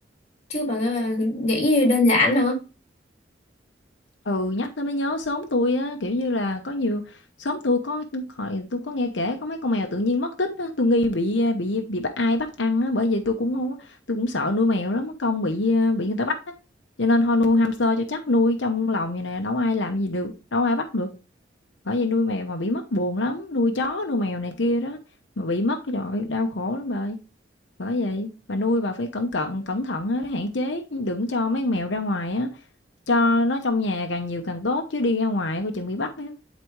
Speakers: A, on the left; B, on the left.
A: Chứ bà ờ, nghĩ đơn giản hả?
B: Ừ, nhắc tới mới nhớ xóm tôi á, kiểu như là, có nhiều xóm tôi có hồi tôi có nghe kể có mấy con mèo tự nhiên mất tích á, tôi nghi bị, a, bị bị bắt ai bắt ăn á, bởi vậy tôi cũng hông tui cũng sợ nuôi mèo lắm, mất công bị, a, bị người ta bắt á. Cho nên thôi nuôi hamster cho chắc, nuôi trong lòng vầy nè, đâu ai làm gì được, đâu ai bắt được. Bởi vậy nuôi mèo mà bị mất buồn lắm, nuôi chó, nuôi mèo này kia đó, mà bị mất, trời ơi, đau khổ lắm bà ơi. Bởi vậy bà nuôi bà phải cẩn cận, cẩn thận á, để hạn chế, đừng cho mấy con mèo ra ngoài á. Cho nó trong nhà càng nhiều càng tốt chứ đi ra ngoài coi chừng bị bắt á.